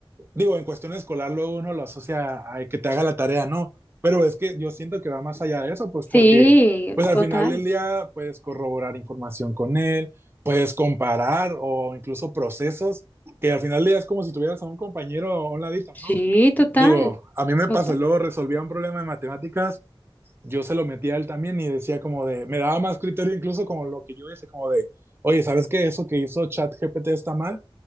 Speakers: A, on the right; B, on the left.
A: digo, en cuestión escolar luego uno lo asocia a que te haga la tarea, no, pero es que yo siento que va más allá de eso, pues
B: sí,
A: porque pues al
B: total.
A: final del día puedes corroborar información con él, puedes comparar o incluso procesos, que al final del día es como si tuvieras a un compañero a un ladito,
B: Sí,
A: ¿no?
B: total.
A: Digo, a mí me
B: Total.
A: pasó, luego resolvía un problema de matemáticas yo se lo metía a él también y decía como de, me daba más criterio incluso como lo que yo hice, como de, oye, ¿sabes qué? Eso que hizo ChatGPT está mal,